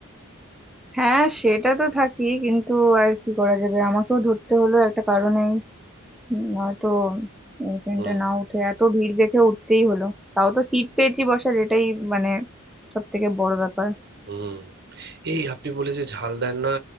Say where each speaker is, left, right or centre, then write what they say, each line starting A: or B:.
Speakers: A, in the centre; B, on the right.
A: হ্যাঁ সেটা তো থাকি কিন্তু আর কি করা যাবে আমাকেও ধরতে হলো একটা কারণেই উম, নয়তো এই ট্রেনটা
B: হুম
A: না উঠে এত ভিড় দেখে উঠতেই হলো তাও তো সিট পেয়েছি বসার এটাই মানে সব থেকে বড় ব্যাপার
B: হুম এই আপনি বলে যে ঝাল দেন না